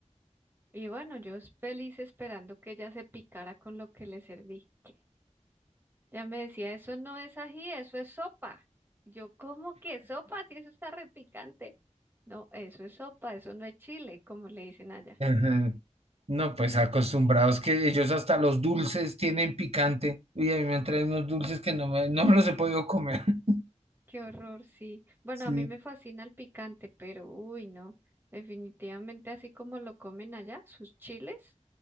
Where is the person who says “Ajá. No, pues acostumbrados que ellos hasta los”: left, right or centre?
Right